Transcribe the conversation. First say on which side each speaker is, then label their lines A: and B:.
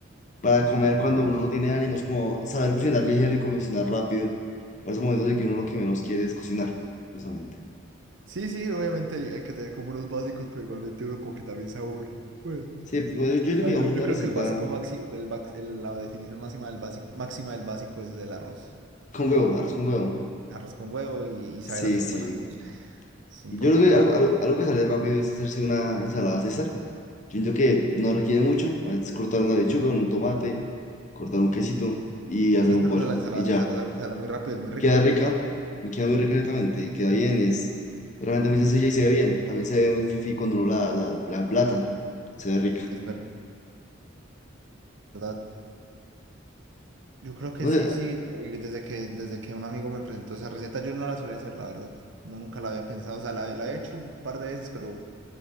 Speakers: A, on the left; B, on the right.
A: para comer cuando uno no tiene ánimos, como saber cocinar ligero y cocinar rápido. Para esos momentos en que uno lo que menos quiere es cocinar, justamente.
B: sí, sí, obviamente hay, hay que tener como unos básicos, pero igualmente uno como que también se aburre. Pues,
A: Sí, igual yo, yo creo
B: ah,
A: que llevamos
B: yo, yo
A: una
B: creo
A: receta
B: que el básico máximo, la definición máxima del básico, máxima del básico es el arroz.
A: con huevo, arroz con huevo.
B: Arroz con huevo y, y saber
A: Sí,
B: hacer
A: sí.
B: un buen arroz. <laughs> <sighs> Es importante.
A: Y yo creo que algo, algo, algo que sale rápido es hacerse una ensalada César Yo siento que no requiere mucho, es cortar una lechuga,
B: Es verdad.
A: un tomate, cortar un quesito y hacer
B: Es
A: un
B: verdad,
A: pollo
B: la ensalada
A: y ya.
B: César es algo que sale muy rápido, es muy
A: Y
B: rico.
A: queda rica, y queda muy rica exactamente,
B: Eso,
A: y queda bien, es realmente muy sencilla y se ve bien. También se ve muy fifi cuando uno la, la, la emplata, se ve rica.
B: es verdad. Yo creo que
A: No
B: sí,
A: sé,
B: sí, eh, desde que, desde que un amigo me presentó esa receta, yo no la solía hacer, la verdad. No, nunca la había pensado, o sea, la, la había hecho un par de veces, pero